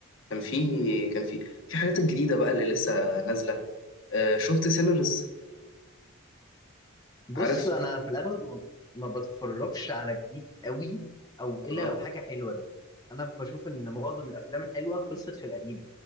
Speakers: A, on the left; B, on the left.
A: كان في كان في في حاجات الجديدة بقى اللي لسه نازلة آه شفت سينرز
B: بص
A: عارف
B: انا في الاغلب ما ما بتفرجش على جديد قوي او الا
A: آه.
B: لو حاجه حلوه لان انا بشوف ان معظم الافلام الحلوه خلصت في القديمه